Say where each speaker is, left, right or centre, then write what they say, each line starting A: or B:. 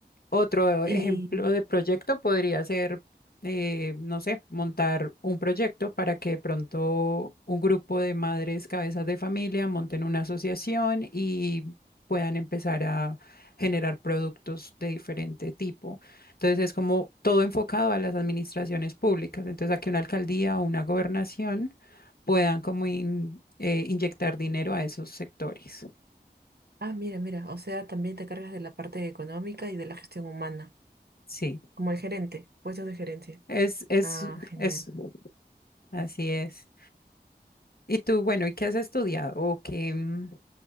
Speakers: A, on the left (about 60°); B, on the right (about 65°).
A: Otro
B: Y,
A: ejemplo de proyecto podría ser, eh, no sé, montar un proyecto para que de pronto un grupo de madres cabezas de familia monten una asociación y puedan empezar a generar productos de diferente tipo. Entonces es como todo enfocado a las administraciones públicas. Entonces a que una alcaldía o una gobernación puedan como in- eh, inyectar dinero a esos sectores.
B: ah, mira, mira. O sea, también te cargas de la parte económica y de la gestión humana,
A: Sí,
B: como el gerente, puestos de gerencia.
A: es, es,
B: Ah, genial.
A: es, así es. Y tú, bueno, ¿y qué has estudiado? ¿O qué, mm,